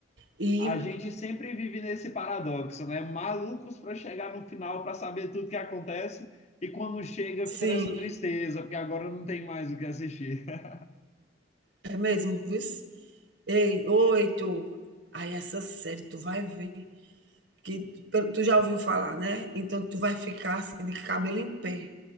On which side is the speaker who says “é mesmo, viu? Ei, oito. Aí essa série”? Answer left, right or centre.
Right